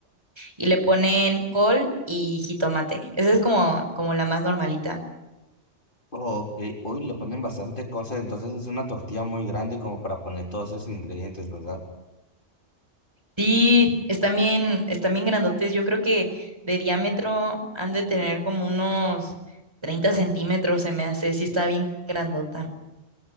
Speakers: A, on the right; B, on the left.
A: Y le ponen col y jitomate. Esa es como, como la más normalita.
B: Ok, hoy le ponen bastante cosas, entonces es una tortilla muy grande como para poner todos esos ingredientes, ¿verdad?
A: Sí, están bien, están bien grandotes. Yo creo que de diámetro han de tener como unos 30 centímetros, se me hace. Sí, está bien grandota.